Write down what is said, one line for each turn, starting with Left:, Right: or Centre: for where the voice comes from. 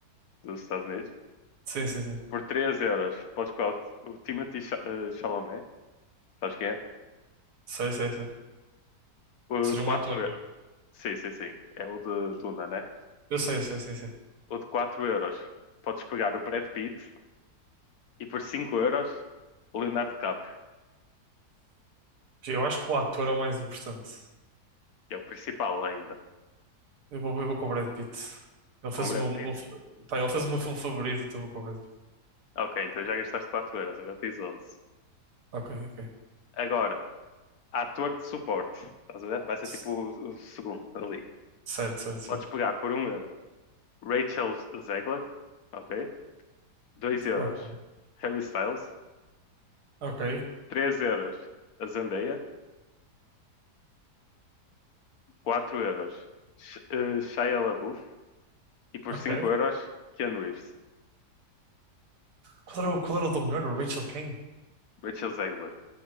Left: dos Estados Unidos.
Right: Sim, sim, sim.
Left: Por três euros, podes pegar o, o Timothée Cha- eh, Chalamet, sabes quem é?
Right: Sei, sei, sei.
Left: O
Right: Seja
Left: quatro
Right: um ator
Left: euros,
Right: mesmo.
Left: sim, sim, sim, é o de Duna, né?
Right: Eu sei, eu sei, sim, sim.
Left: O de quatro euros, podes pegar o Brad Pitt. E por cinco euros, o Leonardo DiCaprio,
Right: Eu acho que o ator é o mais importante.
Left: que é o principal ainda.
Right: Eu vou, eu vou com o Brad Pitt. Ele fez
Left: Com o
Right: o
Left: Brad
Right: meu, o-
Left: Pitt?
Right: pá, ele fez o meu filme favorito, então eu vou com o Brad Pitt.
Left: Ok, então já gastaste 4 euros, agora tens onze
Right: Ok, ok.
Left: Agora, Ator de suporte. Estás a ver? Vai ser
Right: C-
Left: tipo o, o segundo ali.
Right: Certo, certo, certo.
Left: Podes pegar por um euro Rachel Zegler, ok? dois euros
Right: Ok,
Left: Harry Styles,
Right: ok,
Left: 3 euros a Zendaya, 4 euros Sh eh, Shia LaBeouf e por
Right: ok.
Left: 5 euros Ken Reeves.
Right: Qual era, o- qual era o do melhor? O Rachel King?
Left: Rachel Zegler.